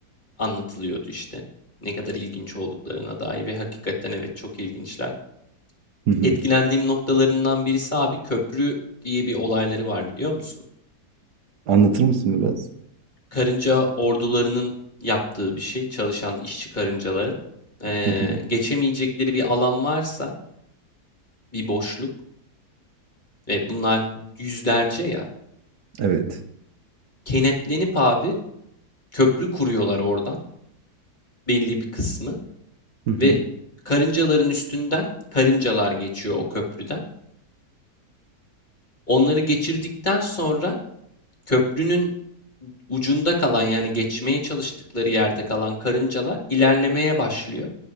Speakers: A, on the left; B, on the right.
A: anlatılıyordu işte. Ne kadar ilginç olduklarına dair ve hakikaten evet çok ilginçler.
B: Hı hı.
A: Etkilendiğim noktalarından birisi abi köprü diye bir olayları var biliyor musun?
B: Anlatır mısın biraz?
A: Karınca ordularının yaptığı bir şey çalışan işçi karıncaların. Ee,
B: Hı hı.
A: geçemeyecekleri bir alan varsa bir boşluk ve bunlar yüzlerce ya
B: Evet.
A: kenetlenip abi köprü kuruyorlar oradan belli bir kısmı.
B: Hı hı.
A: Ve karıncaların üstünden karıncalar geçiyor o köprüden. Onları geçirdikten sonra köprünün ucunda kalan yani geçmeye çalıştıkları yerde kalan karıncalar ilerlemeye başlıyor.